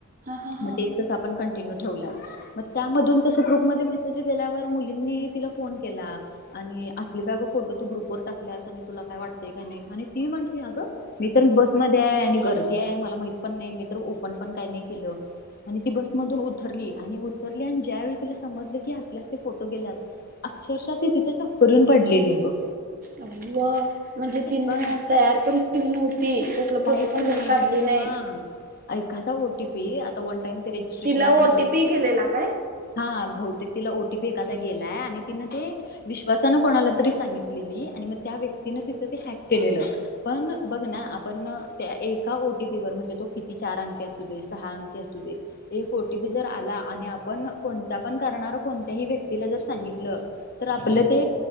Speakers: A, on the right; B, on the left.
A: हा हा हा
B: मग ते. आप कंटिन्यू ठेवलं त्यामध्ये त ग्रुप म मसेज गेल्यावर मुलींनी. तिला फोन केला आणि असली काय ग फोटो तू ग्रुपवर टाकला असं तुला काय वाटतंय काही नाही. आणि ती म्हटली अगं. मी तर बसमध्ये आहे आणि गर्दी आहे आणि मला माहित पण नाही मी तर ओपन पण काही नाही केलं. आणि ती बसमधून उतरली आणि उतरली आणि ज्यावेेळी तुला समजलं की हलेले फोटो गेलात. अक्षरशः ती तिथे चक्कर येऊन पडलेली आहे गं.
A: अव म्हणजे तिन
B: बघ
A: तयार पण केली नव्हती. फोटो
B: काहीच
A: पण
B: नाही
A: कधी काढली नाही.
B: हा एखादा ओ टीपी आता वन टाइम. ते रेजिस्ट्रेशन
A: तिला
B: आपण
A: ओ
B: त्याला
A: टी पी गेलेला काय?
B: हा बहुतेक तिला ओटीपी एखादा गेलाय आणि तिनं ते. विश्वासानं कोणाला तरी सांगितलेली आणि मग त्या व्यक्तीने तिचं ते हॅक केलेलं. पण बघ ना आप. पण त्या एका ओटीपी वर म्हणजे तो किती चार अंकी असू दे सहा अंकी असू दे. एक ओटीपी जर आला आणि आपण कोणता पण करणार कोणत्याही व्यक्तीला जर सांगितलं. तर आपलं ते.